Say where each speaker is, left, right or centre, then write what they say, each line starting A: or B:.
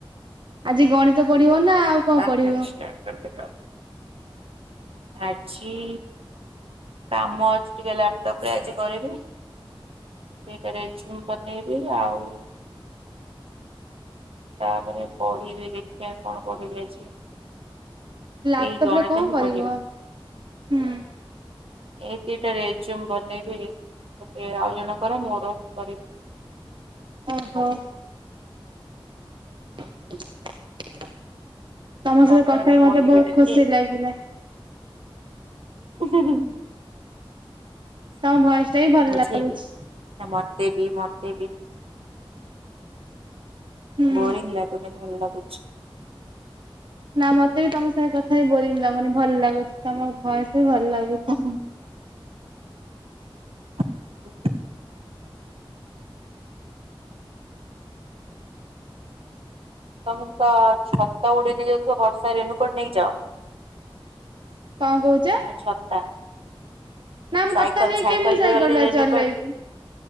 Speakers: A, on the right; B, on the right.
A: ଆଜି ଗଣିତ ପଢିବ ନା ଆଉ। କଣ
B: ଆଟଷ୍ଟାର୍ଟ
A: ପଢିବ?
B: କର ଆଜି କାମ ଅଛି ଟିକେ ଲାପଟପରେ ଆଜି କରିବି। ସେଇଟାରେ ଝୁମ୍ ପନିର ଆଉ ତାପରେ ପଢିବି ଦେଖିବା କଣ ପଢି ଯାଇଛି।
A: ଲାପଟପ
B: ସେଇ ଗଣିତ
A: ରେ କଣ
B: ହିଁ
A: କରିବ
B: ପଢିବି।
A: ହୁଁ
B: ଏଇ ଦିଟା ରେଜୁମ ବନେଇବି ଗୋଟେ ଆଉ ଜଣଙ୍କର ମୋର କରିବି।
A: ଓହୋ। <inaudible> ତମ
B: ତାପରେ
A: ସହିତ କଥା ହେଇ
B: ପଢିବି
A: ମତେ ବହୁତ
B: ଟିକେ।
A: ଖୁସି ଲାଗିଲା।
B: <inaudible>
A: ତମ ଭୟସଟା ବି ଭଲ
B: ମୁଝେ
A: ଲାଗୁଛି।
B: ବି ମତେ ବି ମତେ ବି।
A: ହୁଁ।
B: ବୋରୀଙ୍ଗ ଲାଗୁନି ଭଲ ଲାଗୁଛି।
A: ନା ମତେ ବି ତମ ସାଙ୍ଗେ କଥା କି ବୋରିଂ ଲାଗୁନି। ଭଲ ଲାଗୁଛି ତମ ଭୟସ ବି ଭଲ ଲାଗୁଛି।
B: ହୁଁ ଆଉ ତମକୁ ତ ଛତା ଉଡେଇ ନେଇଯାଉଥିବ ବର୍ଷା ରେନୁକୋଟ ନେଇ ଯାଅ
A: କଣ କହୁଚ?
B: ନା ଛତା।
A: ମୁଁ
B: ସାଇକେଲ
A: ଛତା ନେଇ
B: ସାଇକେଲରେ
A: କେମିତି ସାଇକେଲ
B: ଗଲେ
A: ଟା
B: ରେନୁକୋଟ
A: ଚଲେଇବି।